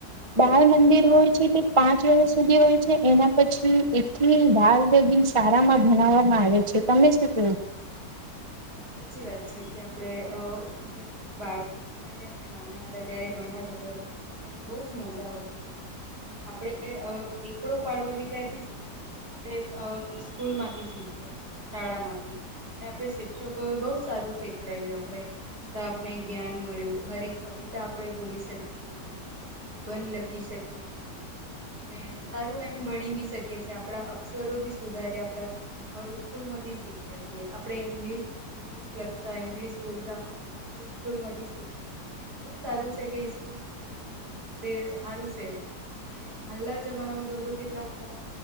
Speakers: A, on the right; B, on the right.
A: બાાલ મંદિર હોય છે તે પાંચ વાગ્યા સુધી હોય છે એના પછી એટલી બાાલ ી સારામાં બનાવવામાં આવે છે તમે શું કવો
B: સાચી વાત છે કે આપડે જારે બાળ જયારે આપણે નાના હતા ત્યારે ભણવા જતા હતા ત્યારે બહુ જ મજા આવતી હતી ને આપણે. એ એકડો પાડવા બી ક નથીથી શીખ્યા આપણે સ્કૂલ માંથી શીખ્યા શાળામાંથી અને આપણે શિક્ષકો બહુ સારું શીખડાય્યું આપણે તો આપણે જ્ઞાન મળ્યું હરેક કવિતા આપણે બોલી શકીએ છીએ નિબંધ લખી શકીએ છીએ અને સારું એમ ભણી ભી શકે છે આપડા અક્ષરો ભી સુધારે આપડા સ્કૂલ માંથી શીખ્યા છીએ આપડણે ઇંગ્લિશ ઈંગ્લિશ લખતા ઇંગ્લિશ બોલતા આપણે સ્કૂલ માંથી શીખ્યા બઉ સારું છે કે સ્કૂલ છે તે તે સારું છે અને હાલના જમાનામાં જોવુંું કેટલાક ફોન